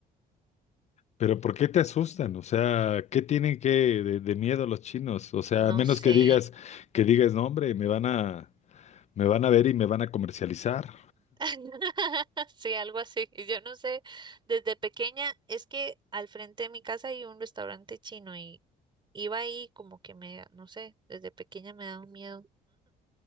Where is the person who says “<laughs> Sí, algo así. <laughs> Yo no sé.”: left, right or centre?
Right